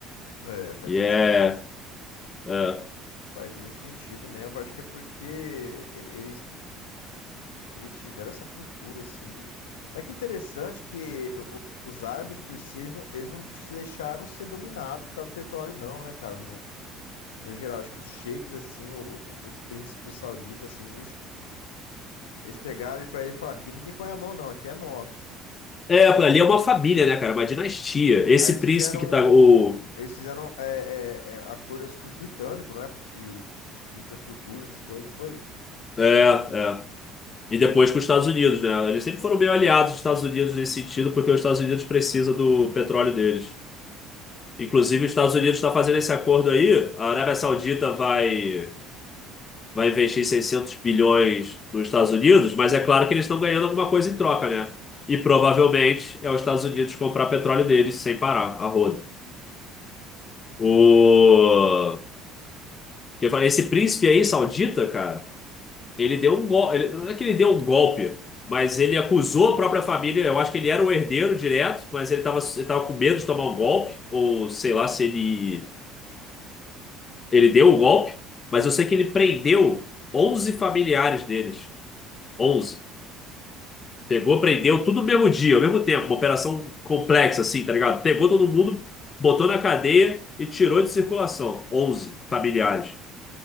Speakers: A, on the left (about 85°); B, on the left (about 35°).
A: É, faz
B: E
A: sentido,
B: é,
A: pô.
B: é,
A: Faz muito sentido mesmo. Acho que é porque ele- eles, eles tiveram essa cultura, assim. Mas que interessante que o- o- os árabes, por si, eles não, eles não se deixaram ser dominados por causa do petróleo, não, né, cara? No, no geral, acho que os sheiks, assim, o- o- os príncipes sauditas, assim, eles, eles pegaram e pra eles falaram, aqui ninguém põe a mão, não, aqui é nosso.
B: é, ali é uma família, né, cara? Uma dinastia. Esse
A: Aí eles
B: príncipe
A: fizeram,
B: que tá o
A: eles fizeram é, é, é, acordos com os britânicos, não é? De, de, de infraestrutura, essas coisas, não foi?
B: é, é. E depois com os Estados Unidos, né? Eles sempre foram meio aliados dos Estados Unidos nesse sentido, porque os Estados Unidos precisa do petróleo deles. Inclusive, os Estados Unidos está fazendo esse acordo aí. A Arábia Saudita vai vai investir 600 bilhões nos Estados Unidos, mas é claro que eles estão ganhando alguma coisa em troca, né? E provavelmente é os Estados Unidos comprar petróleo deles sem parar, a rodo. O... Eu falei, esse príncipe aí, saudita, cara, ele deu um golpe. Não é que ele deu um golpe, mas ele acusou a própria família. Eu acho que ele era o herdeiro direto, mas ele estava ele tava com medo de tomar um golpe, ou sei lá se ele, ele deu um golpe. Mas eu sei que ele prendeu 11 familiares deles. 11. Pegou, prendeu tudo no mesmo dia, ao mesmo tempo. Uma operação complexa, assim, tá ligado? Pegou todo mundo, botou na cadeia e tirou de circulação. 11 familiares,